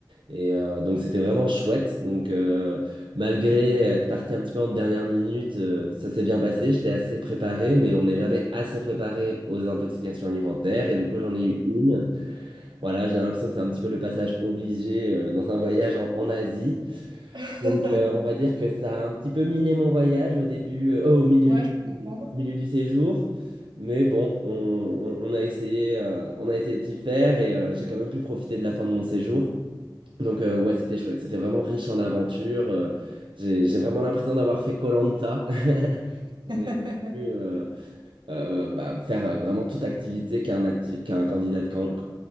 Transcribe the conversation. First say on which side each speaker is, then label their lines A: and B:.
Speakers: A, on the right; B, on the right.
A: Et euh, donc c'était vraiment chouette. Donc euh, malgré être parti un petit peu en dernière minute, euh, ça s'est bien passé. J'étais assez préparé, mais on n'est jamais assez préparé aux intoxications alimentaires. Et du coup j'en ai eu une. Voilà, j'ai l'impression que c'est un petit peu le passage obligé euh, dans un voyage en, en Asie.
B: <laughs>
A: Donc euh, on va dire que ça a un petit peu miné mon voyage au début, euh, au milieu
B: Ouais,
A: du,
B: je peux comprendre.
A: au milieu du séjour. Mais bon, on, on- on a essayé, euh, on a essayé de d'y faire et euh, j'ai quand même pu profiter de la fin de mon séjour. Donc euh, ouais, c'était chouette. C'était vraiment riche en aventures. euh, j'ai, j'ai vraiment l'impression d'avoir fait koh <laughs>
B: <laughs>
A: J'ai pu euh, euh, bah, faire euh, vraiment toute activité qu'un acti- qu'un candidat de koh